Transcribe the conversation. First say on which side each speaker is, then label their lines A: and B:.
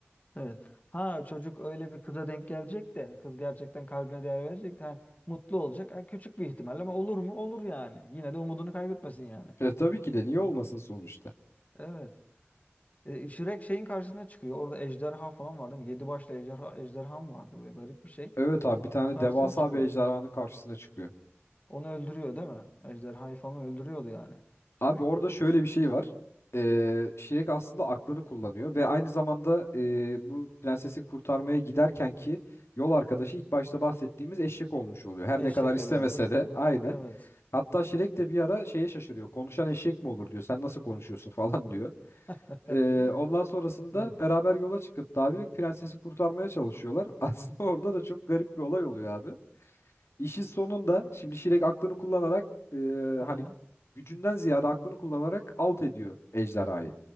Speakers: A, on the left; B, on the left.
A: evet. Ha çocuk öyle bir kıza denk gelecek de kız gerçekten kalbine değer verecek de ha, mutlu olacak. Ha, küçük bir ihtimal ama olur mu? Olur yani. Yine de umudunu kaybetmesin yani.
B: E, tabii ki de niye olmasın sonuçta.
A: Evet. E, Shrek şeyin karşısına çıkıyor. Orada ejderha falan vardı. değil Yedi başlı ejderha, ejderha mı vardı? Böyle garip bir şey.
B: Evet abi bir tane
A: Onun karşısına
B: devasa
A: çıkıyor.
B: bir ejderhanın karşısına çıkıyor.
A: Onu öldürüyor değil mi? Ejderhayı falan öldürüyordu yani. Shrek.
B: Abi orada şöyle bir şey var. Ee, Shrek aslında aklını kullanıyor ve aynı zamanda e, bu prensesi kurtarmaya giderken ki yol arkadaşı ilk başta bahsettiğimiz eşek olmuş oluyor. Her
A: Eşekle
B: ne kadar istemese
A: beraber.
B: de aynen.
A: Evet.
B: Hatta Şirek de bir ara şeye şaşırıyor. Konuşan eşek mi olur diyor. Sen nasıl konuşuyorsun <laughs> falan diyor.
A: <laughs>
B: Ee, ondan sonrasında
A: Evet.
B: beraber yola çıkıp da abi prensesi kurtarmaya çalışıyorlar. <laughs> Aslında orada da çok garip bir olay oluyor abi. İşin sonunda şimdi Şirek aklını kullanarak e,
A: Aha,
B: hani gücünden ziyade aklını kullanarak alt ediyor ejderhayı.